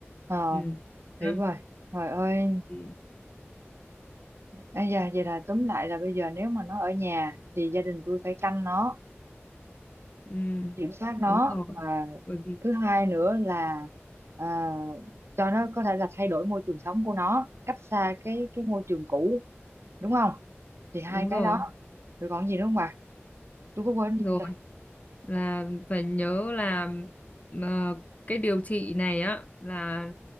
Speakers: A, on the right (about 65°); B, on the left (about 35°).
A: ờ
B: ừ
A: hiểu
B: năm
A: rồi trời ơi
B: thì
A: à da, vậy là tóm lại là bây giờ nếu mà nó ở nhà thì gia đình tôi phải canh nó
B: ừ,
A: kiểm soát nó
B: đúng rồi
A: và
B: bởi vì
A: thứ hai nữa là à, cho nó có thể là thay đổi môi trường sống của nó cách xa cái cái môi trường cũ đúng không thì hai
B: đúng
A: cái
B: rồi
A: đó rồi còn gì nữa không bà tôi có quên gì
B: rồi
A: không trời
B: là phải nhớ là ờ, cái điều trị này á là